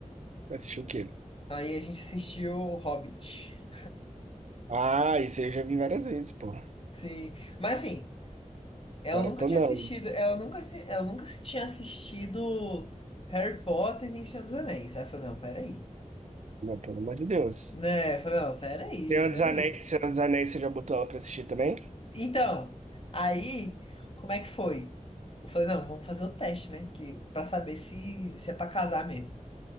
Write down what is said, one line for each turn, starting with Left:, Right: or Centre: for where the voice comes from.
Right: assistiu o quê?
Left: Aí a gente assistiu Hobbit.
Right: Ah, isso aí eu já vi várias vezes, pô.
Left: Sim. Mas assim. Ela
Right: Maratonando.
Left: nunca tinha assistido, ela nunca, se- ela nunca se tinha assistido Harry Potter e Senhor dos Anéis. Aí eu falei, não, peraí.
Right: Não, pelo amor de Deus.
Left: Né? Eu falei, não, peraí,
Right: Senhor
Left: peraí.
Right: dos Anéis, Senhor dos Anéis, você já botou ela pra assistir também?
Left: Então, aí, como é que foi? Eu falei, não, vamos fazer o teste, né? Que, pra saber se, se é pra casar mesmo.